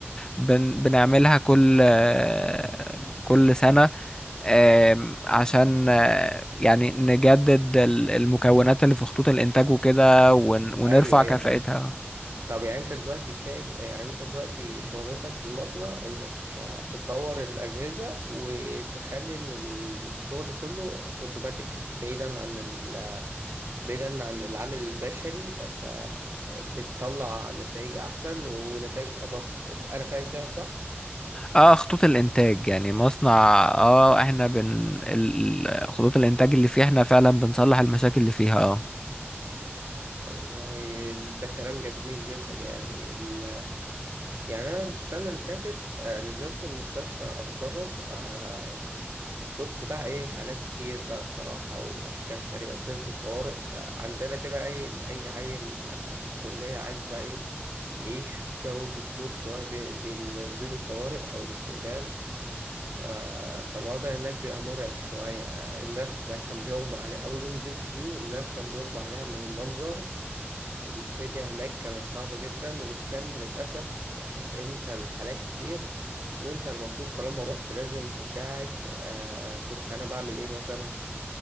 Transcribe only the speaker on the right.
أيوه أيوه
فاهم طب يعني انت دلوقتي شايف يعني انت دلوقتي شغلتك في المصنع انك تطور الاجهزه وتخلي ان الشغل كله اوتوماتيك بعيدا عن ال... بعيدا عن العامل البشري فانت بتطلع نتائج احسن ونتائج ادق انا فاهم كده صح
والله ده كلام جميل جدا يعني ال... يعني انا السنه اللي فاتت آه، نزلت المستشفى اتدرب آه، شفت بقى ايه حالات كتير بقى الصراحة وأشكال غريبة نزلت الطوارئ بقى عندنا كده أي أي عيل آه، في الكلية عايز بقى ايه يعيش جو الدكتور شوية بي- بينزلوا الطوارئ أو الاستقبال ف... فالوضع هناك بيبقى مرعب شوية آه، الناس هناك كان بيغمى عليها أول يوم نزلت فيه الناس كان بيغمى عليها من المنظر الدنيا هناك كانت صعبة جدا وكان للأسف أنت الحالات كتير وأنت المفروض طالما رحت لازم تساعد آه كنت أنا بعمل إيه مثلا